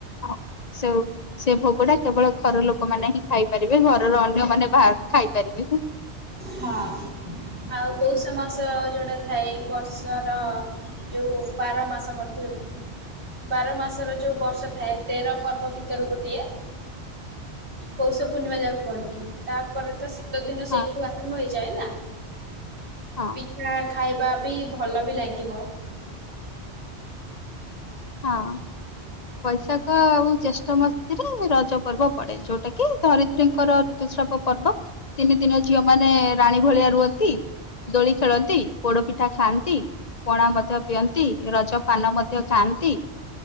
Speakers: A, on the left; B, on the right.
A: ଆଉ ସେଓ ସେ ଭୋଗ ଟା କେବଳ ଘର ଲୋକମାନେ ହିଁ ଖାଇପାରିବେ ଘରର ଅନ୍ୟ ମାନେ ବା ଖାଇପାରିବେନି।
B: ହଁ ଆଉ ପୌଷ ମାସ ଯୋଉଟା ଥାଏ ବର୍ଷର ଯୋଉ ବାର ମାସ ମଧ୍ୟରୁ ବାର ମାସର ଯୋଉ ବର୍ଷ ଥାଏ ତେର ପର୍ବ ଭିତରୁ ଗୋଟିଏ ପୌଷ ପୂର୍ଣ୍ଣିମା ଯାହାକୁ କୁହନ୍ତି ତାପରେ ତ ଶୀତ ଦିନ
A: ହଁ
B: ସେଇଠୁ ଆରମ୍ଭ ହେଇଯାଏ ନା
A: ହଁ
B: ପିଠା ଖାଇବା ବି ଭଲ ବି ଲାଗିବ।
A: ହଁ। ବୈଶାଖ ଆଉ ଜେଷ୍ଠ ମାସରେ ରଜ ପର୍ବ ପଡେ ଯୋଉଟା କି ଧରି ତ୍ରୀଙ୍କର ଋତୁସ୍ରାବ ପର୍ବ ତିନି ଦିନ ଝିଅ ମାନେ ରାଣୀ ଭଳିଆ ରୁହତି ଦୋଳି ଖେଳନ୍ତି, ପୋଡ ପିଠା ଖାଆନ୍ତି ପଣା ମଧ୍ୟ ପିଅନ୍ତି ରଜ ପାନ ମଧ୍ୟ ଖାନ୍ ତି